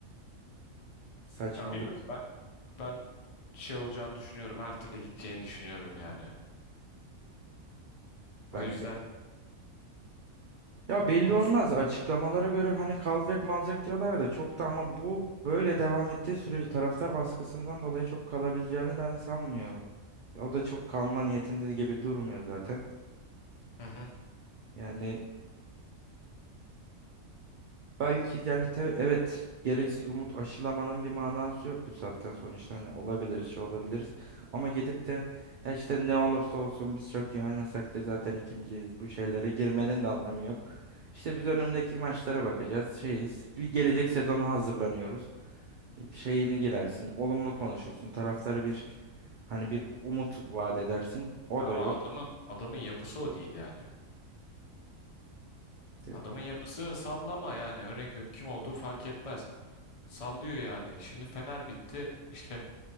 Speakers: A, on the right (about 85°); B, on the left (about 35°).
A: Saçmalık
B: Ya bilmiyorum ben ben şey olacağını düşünüyorum. Her türlü gideceğini düşünüyorum yani. O
A: bence.
B: yüzden
A: Ya belli
B: mutsuz.
A: olmaz. Açıklamalara göre hani kalacak mı alacak diyorlar da çok da ama bu böyle devam ettiği sürece taraftar baskısından dolayı çok kalabileceğini ben sanmıyorum. O da çok kalma niyetinde gibi durmuyor zaten.
B: Hı hı.
A: Yani Belki yani te- evet gereksiz umut aşılamanın bir manası yok bu saatten sonra işte hani olabiliriz şey olabiliriz ama gidip de "E işte ne olursa olsun biz çok iyi oynasak da zaten ikinciyiz bu şeylere girmenin de anlamı yok. İşte biz önümdeki maçlara bakacağız şeyiz bir gelecek sezona hazırlanıyoruz şeyini girersin olumlu konuşursun taraftara bir hani bir umut vaat edersin o
B: Ama
A: da yok.
B: adamın adamın yapısı o değil yani.
A: Te-
B: Adamın yapısı sallama yani. Örnek veriyorum kim olduğu fark etmez. Sallıyor yani. Şimdi Fener bitti. İşte